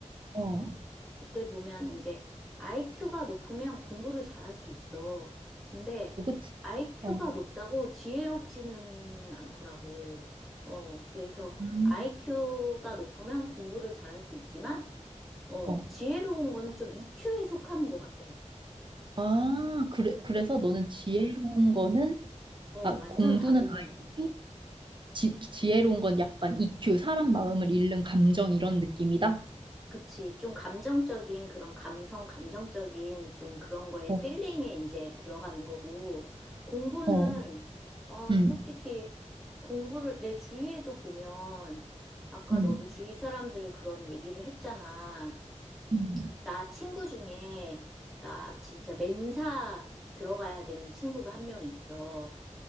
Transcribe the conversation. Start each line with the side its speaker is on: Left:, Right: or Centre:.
Right: 어,
Centre: 그때 보면 이제 IQ가 높으면 공부를 잘할 수 있어. 근데
Right: 어, 그치?
Centre: IQ가
Right: 어.
Centre: 높다고 지혜롭지는 않더라고. 어, 그래서
Right: 음.
Centre: IQ가 높으면 공부를 잘할 수 있지만, 어,
Right: 어.
Centre: 지혜로운 거는 좀 EQ에 속하는 것 같아.
Right: 아, 그래,
Centre: 어,
Right: 그래서 너는 지혜로운 거는,
Centre: 어,
Right: 아,
Centre: 완전
Right: 공부는
Centre: 다른
Right: 아이큐 지, 지혜로운 건 약간 EQ, 사람 마음을 읽는 감정 이런 느낌이다?
Centre: 그치. 좀 감정적인 그런 감성, 감정적인 좀 그런 거에
Right: 어,
Centre: 필링에 이제 들어가는 거고, 공부는,
Right: 어,
Centre: 어,
Right: 음,
Centre: 솔직히 공부를 내 주위에도 보면, 아까
Right: 음,
Centre: 너도 주위 사람들 그런 얘기를 했잖아.
Right: 음.
Centre: 나 친구 중에, 나 진짜 맨사 들어가야 되는 친구가 한 명 있어.